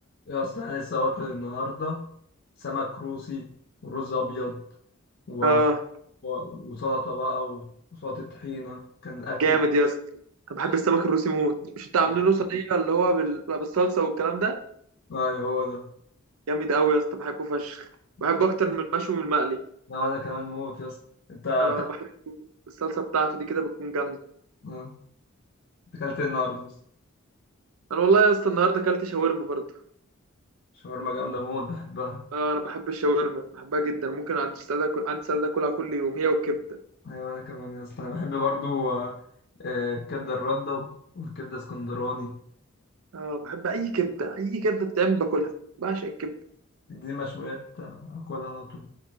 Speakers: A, on the left; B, on the right.
A: يا اسطى انا لسه واكل النهارده سمك روسي ورز ابيض و...
B: اه
A: و- وسلطه بقى وسلطه طحينه كان اكل
B: جامد يا اسطى انا بحب السمك الروسي موت مش انت
A: اه
B: عاملينه صينيه اللي هو بال- بتبقى بالصلصه والكلام ده
A: آه، يا هو ده
B: جامد قوي يا اسطى بحبه فشخ
A: آه.
B: بحبه اكتر من المشوي من المقلي
A: ده وانا كمان موت يا اسطى انت أك-
B: اه بحب الصلصه بتاعته دي كده بتكون جامده
A: آه. أنت اكلت إيه النهارده يا اسطى
B: انا والله يا اسطى النهارده اكلت شاورما برضه
A: شاورما جامده موت بحبها
B: اه انا بحب الشاورما بحبها جدا ممكن عندي استعداد اكل عندي استعداد اكلها كل يوم هي والكبده
A: ايوه انا كمان يا اسطى انا بحب برضو آه، آه، الكبده الرده والكبده اسكندراني
B: اه بحب اي كبده اي كبده بتتعمل باكلها بعشق الكبده
A: دي مشويات آه، اكلها على طول